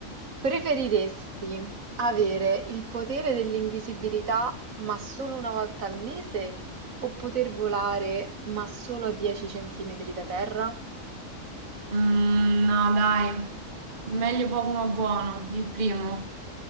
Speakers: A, on the right; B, on the right.
A: Preferiresti avere il potere dell'invisibilità ma solo una volta al mese o poter volare ma solo a 10 centimetri da terra?
B: Mm, no, dai, meglio poco ma buono, il primo.